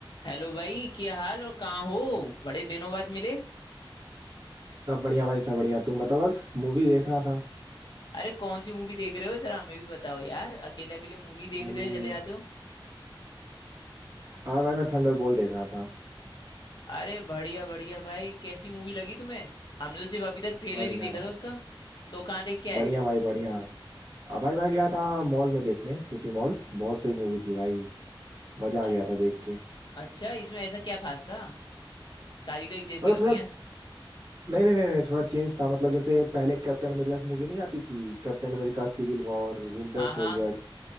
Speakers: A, on the left; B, on the right.
A: Hello भाई क्या हाल और कहाँ हो बड़े दिनों बाद मिले
B: सब बढ़िया भाई सब बढ़िया तुम बताओ बस मूवी देख रहा था
A: अरे कौन सी मूवी देख रहे हो जरा हमें भी बताओ यार अकेले अकेले मूवी देख
B: अरे
A: रहे चले जाते हो
B: और भाई मैं थंडरबोल्ट देख रहा था
A: अरे बढ़िया बढ़िया भाई कैसी मूवी लगी तुम्हें हमने तो सिर्फ अभी तक ट्रेलर
B: बढ़िया
A: ही देखा
B: भाई
A: था उसका तो कहाँ देख के आए
B: बढ़िया भाई बढ़िया अब भाई मैं गया था मॉल में देखने सिटी मॉल बहुत सही मूवी थी भाई मजा
A: अ-
B: आ गया था देख के
A: अच्छा इसमें ऐसा क्या खास था सारी तो एक जैसी
B: मतलब
A: होती
B: थोड़ा
A: हैं
B: नहीं नहीं नहीं नहीं थोड़ा चेंज था मतलब जैसे पहले कैप्टन अमेरिका की मूवी नहीं आती थी Captain America civil war winter
A: हाँ हाँ
B: soldier